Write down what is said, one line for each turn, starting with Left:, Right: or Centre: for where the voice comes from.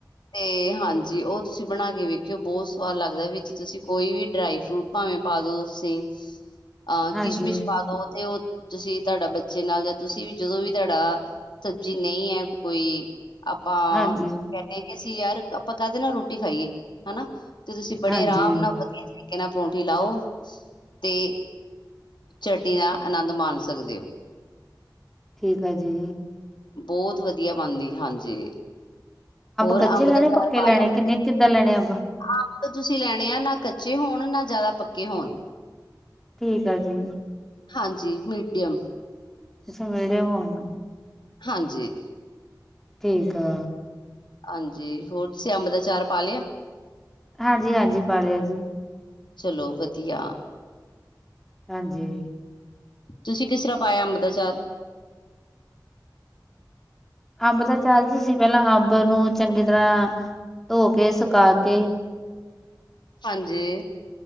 Left: ਤੇ ਹਾਂਜੀ ਉਹ ਤੁਸੀਂ ਬਣਾ ਕੇ ਵੇਖਿਓ, ਬਹੁਤ ਸਵਾਦ ਲੱਗਦੈ, ਵਿੱਚ ਤੁਸੀਂ ਕੋਈ ਵੀ ਡਰਾਈ ਫਰੂਟ ਭਾਵੇ ਪਾ ਦੋ ਤੁਸੀ। ਆਹ
Centre: ਹਾਂਜੀ
Left: ਕਿਸ਼ਮਿਸ਼ ਪਾ ਦੋ, ਤੇ ਉਹ ਤੁਸੀਂ ਤੁਹਾਡਾ ਬੱਚੇ ਨਾਲ ਜਾਂ ਤੁਸੀਂ ਵੀ ਜਦੋਂ ਵੀ ਤੁਹਾਡਾ ਸਬਜੀ ਨਹੀਂ ਹੈ ਕੋਈ, ਆਪਾਂ
Centre: ਹਾਂਜੀ
Left: ਕਹਿੰਨੇ ਕਿ ਅਸੀਂ ਯਾਰ ਆਪਾਂ ਕਾਹਦੇ ਨਾ ਰੋਟੀ ਖਾਈਏ, ਹਨਾ ਤੇ ਤੁਸੀਂ ਬੜੇ
Centre: ਹਾਂਜੀ
Left: ਆਰਾਮ ਨਾਲ ਵਧੀਆ ਤਰੀਕੇ ਨਾਲ ਪਰੌਂਠੀ ਲਾਓ, ਤੇ ਚਟਨੀ ਦਾ ਆਨੰਦ ਮਾਣ ਸਕਦੇ ਹੋ।
Centre: ਠੀਕ ਆ ਜੀ।
Left: ਬਹੁਤ ਵਧੀਆ ਬਣਦੀ, ਹਾਂਜੀ। ਹੋਰ
Centre: ਕੱਚੇ
Left: ਅੰਬ
Centre: ਲੈਣੇ
Left: ਦਾ
Centre: ਪੱਕੇ
Left: ਚਾਰ ਪਾ
Centre: ਲੈਣੇ
Left: ਲਿਆ ਤੁਸੀਂ?
Centre: ਕਿੰਨੇ ਕਿੱਦਾਂ ਲੈਣੇ ਅੰਬ
Left: ਅੰਬ ਤਾ ਤੁਸੀਂ ਲੈਣੇ ਆ ਨਾ ਕੱਚੇ ਹੋਣ, ਨਾ ਜ਼ਿਆਦਾ ਪੱਕੇ ਹੋਣ।
Centre: ਠੀਕ ਆ ਜੀ।
Left: ਹਾਂਜੀ, ਮੀਡੀਅਮ।
Centre: <unintelligible>
Left: ਹਾਂਜੀ।
Centre: ਠੀਕ ਆ।
Left: ਹਾਂਜੀ, ਹੋਰ ਤੁਸੀਂ ਅੰਬ ਦਾ ਚਾਰ ਪਾ ਲਿਆ?
Centre: ਹਾਂਜੀ-ਹਾਂਜੀ ਪਾ ਲਿਆ ਜੀ।
Left: ਚਲੋ ਵਧੀਆ।
Centre: ਹਾਂਜੀ
Left: ਤੁਸੀਂ ਕਿਸ ਤਰ੍ਹਾਂ ਪਾਇਆ ਅੰਬ ਦਾ ਚਾਰ? <inaudible>
Centre: ਅੰਬ ਦਾ ਚਾਰ ਜੀ ਅਸੀਂ ਪਹਿਲਾਂ ਅੰਬ ਨੂੰ ਚੰਗੀ ਤਰ੍ਹਾਂ ਧੋ ਕੇ, ਸੁਕਾ ਕੇ
Left: ਹਾਂਜੀ